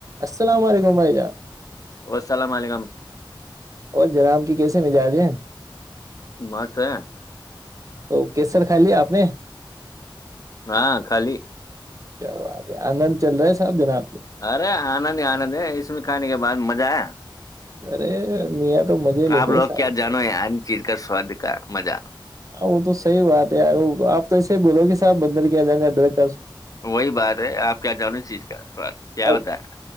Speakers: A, on the right; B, on the left.
A: السلام علیکم ع جان
B: السلام علیکم
A: اور جناام کی کیسے مزاج ہیں
B: مست ہے
A: تو کیسر کائی لیا آپ نے
B: ہاں خالی
A: کیاات ہے آن چل رہا ہے سب دن آپ
B: ارے آنند ہی آنند ہے اس میں کھانے کے بعد مزہ آ ہے
A: ارے میا تو مزے لیتے
B: آپ لوگ
A: سب
B: کیا جانو یار ان چیز کا سواد کا مزہ
A: وہ تو سحی بات ہے آپ تو بولو کہ صاب بندر کیا جائے گا ڈائریکٹ
B: وہی بات ہے آپ کیا جانو اس چیز کا سواد کیا
A: اب
B: ہوتا ہے